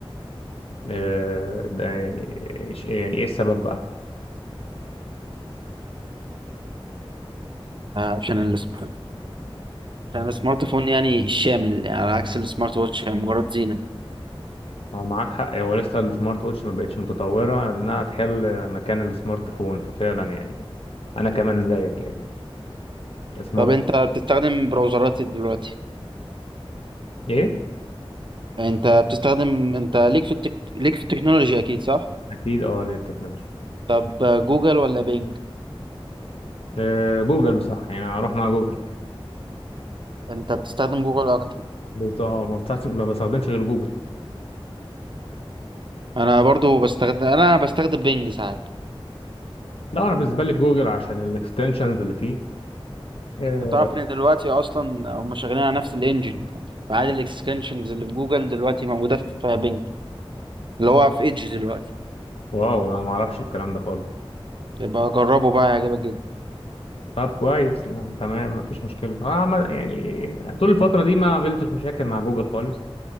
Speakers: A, on the left; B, on the right.
A: أه ده يعني إيش- يعني إيه السبب بقى
B: آه، عشان السم- عشان السمارت فون يعني شامل يعني على عكس السمارت واتش هي مجرد زينة
A: هو معاك حق هو لسه السمارت ووتش ما بقتش متطورة انها تحل مكان السمارت فون ففعلا يعني انا كمان زيك يعني سمارت
B: طب انت بتستخدم براوزرات ايه دلوقتي
A: ايه
B: انت بتستخدم انت ليك في التك... ليك في التكنولوجيا اكيد صح
A: اكيد اه اللي هي التكنولوجيا
B: طب آه، جوجل ولا بينج
A: آه، جوجل بصراحة يعني هروح مع جوجل
B: انت بتستخدم جوجل اكتر
A: بالظبط آه، ما بستعس- ما بستخدمش غير جوجل
B: انا برضو بستخدم انا بستخدم بينج ساعات
A: لا انا بالنسبة لي جوجل عشان الاكستنشنز اللي فيه آه،
B: انت تعرف ان دلوقتي اصلا هم شغالين على نفس الانجن فعادي الاكستنشنز اللي في جوجل دلوقتي موجودة في بينج اللي هو في ايدج دلوقتي
A: واو لا ما اعرفش الكلام ده خالص
B: يبقى جربه بقى هيعجبك جدا
A: طب كويس لا تمام مفيش مشكلة اه ما- يعني طول الفترة دي ما قابلتش مشاكل مع جوجل خالص